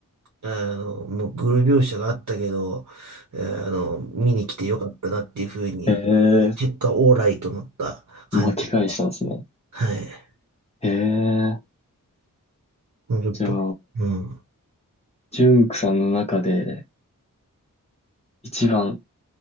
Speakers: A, on the right; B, on the left.
A: あの、もう、グロ描写があったけど、あの、見に来てよかったなっていうふうに、
B: へえ、
A: 結果、オーライとなった感じ。
B: 巻き返したんですね。
A: はい。
B: へえ、
A: やっぱ、
B: じゃあ、
A: うん。
B: ジュンクさんの中で、一番、